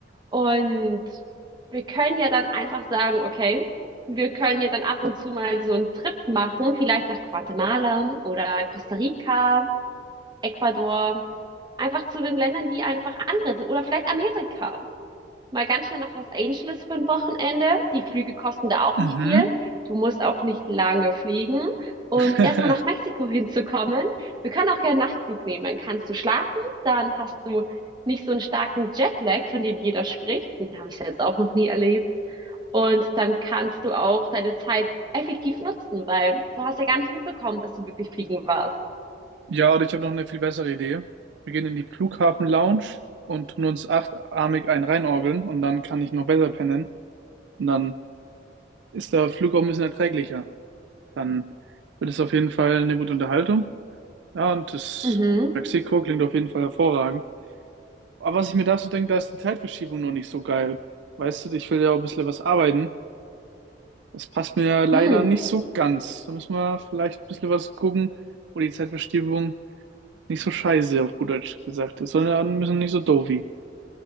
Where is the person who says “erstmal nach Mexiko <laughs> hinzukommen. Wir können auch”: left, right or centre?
Right